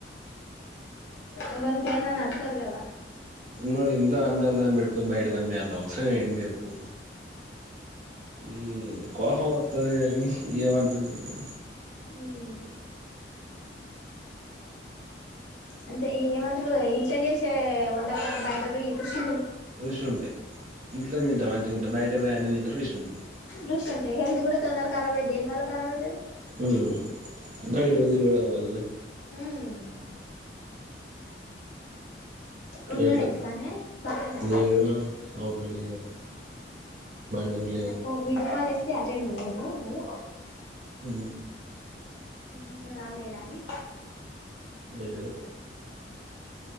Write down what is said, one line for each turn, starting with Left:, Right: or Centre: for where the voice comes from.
Left: ఎవనికి అయిన నచ్చరు కదా
Right: నోడి ఇంత అంద అందాన్ని పెట్టుకు బయటదానీ మీద అంత అవసరం ఏంది చెప్పు న కోపం వత్తడి కానీ ఏం అంటం చెప్పు
Left: ఉమ్ అంతే ఈ ఏమంటారు ఇంట్లో చేసే వంటలకంటే బయటా పోయి రుచి
Right: రుషి ఉంటాయి ఇంట్లో తింటాం మంచిగా ఉంటాయి బయట పో అన్ని తింటే రుషి ఉంటాయి
Left: ఋషి ఉంటే హెల్త్ కూడా తొందరగా ఖరాబ్ అయితుంది దేనివల్ల ఖరాబ్ అవుతుది <inaudible>
Right: హ్మ్ బయట పోయి తిరగడం వాళ్ళని
Left: ఉమ్ ఉన్నడా
Right: అట్లా
Left: ఇంటి కాడని బయట <inaudible>
Right: లేడు మా సావు పని లేదు బండి కూడా
Left: నేనుప్పు వీడియో కాల్ చేస్తే అటెండ్ చేయలేదు మరి
Right: అ
Left: ఉన్నాడా లేడా అని
Right: లేదు